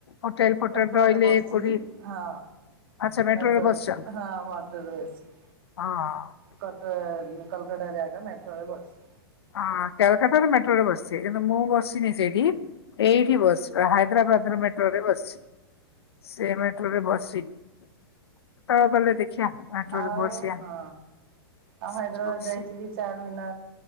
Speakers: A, on the left; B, on the right.
A: ହୋଟେଲ ଫୋଟେଲ
B: ରେ
A: ରହିଲେ
B: ବସିଛି
A: କୋଉଠି
B: ହଁ
A: ଆଚ୍ଛା ମେଟ୍ରୋରେ
B: ମେଟୋରେ
A: ବସିଛନ୍ତି
B: ହଁ ମଟୋରେ ବସିଛି
A: ହଁ
B: କଟ କଲକ ଟାରେ ଏକା ମେଟ୍ରରେ ବସି
A: ହଁ କଲକଟା ତ ମେଟ୍ରୋରେ ବସଚି ମୁଁ ବସନି ସେଡି ଏଇଠ ବସ୍ ହାଇଦ୍ରାବାଦ ର ମେଟ୍ରୋ ରେ ବସିଛି ସେ ମେଟ୍ରୋ ରେ ବସିନି କେତେବେଳ ଗଲେ ଦେଖିବା ମେଟ୍ରୋରେ
B: ଆଉ
A: ବସିବା।
B: ହଁ ଆଉ
A: ସେଠି
B: ହାଇଦ୍ରାବାଦ
A: ବସିବା।
B: ଯାଇଥିଲି ଚାରି ମିନ